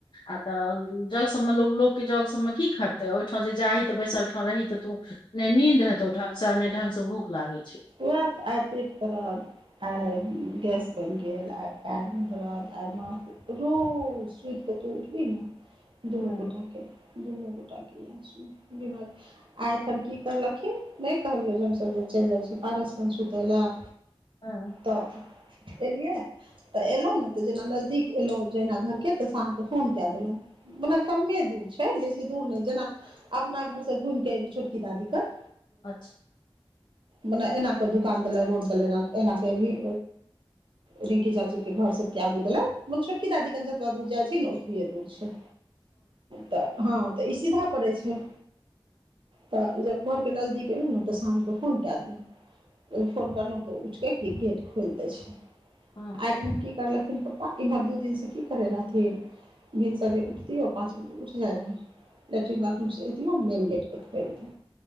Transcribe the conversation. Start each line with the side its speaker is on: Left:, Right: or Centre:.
Left: आ तऽ जग सभमे ल लोकके जग सबमे की खटते ओहिठाम जे जाही तऽ बैसल ठं रही तऽ तू। नहिीन्द हेतौ ढंग से ने ढंग से भूख लागे।
Right: ओह त आय पेट दरद। आइ गैस बनि गेल आइ पैरमे दरद आइ माथ। रोज सुईत क तू उठबी ने दुनू
Left: हम्म
Right: गोटा के दुनू गोटा के। यह् छौ बीमारी आ एखन की करलखिन नय कहलियौ जे हमसभ जे चलि जाइ छीयय। पारसके सुतै लए
Left: हँ
Right: तऽ एलियै। तऽ एलहु ने तऽ जेना नजदीक एलहु जहिना घरके। तऽ सझके फोन कए देलहुँ मना कमे दूर छै बेसी दूर नहि जेना। अपना घरसँ घुइमकऽ एभी छोटकी दादी कन।
Left: अच्छा।
Right: मने एना के दुकान दले रोड दले ए एना के एना के एभी। रिंकी चाची के घर सभ के आगू दलय। मने छोटकी दादी कन जतबे दूर जाइ छी ने ओतबीए दूर छय। तऽ हँ तऽ ई सीधा पड़ै छै। तऽ जब घरके नजदीक एलौं ने तऽ शान के फोन कए देलौ त फोन करलौ त। तऽ उठिक क गेट खोलि दै छै।
Left: हँ।
Right: तखन की करलखिन पप्पा इम्हर दू दिन से की करय रहथिन। भिनसरे उठतीयौ पाँच बजे उठ जाय रहय। लैट्रिन बाथरूमसँ एतीयौ मेन गेट क खोइल दय।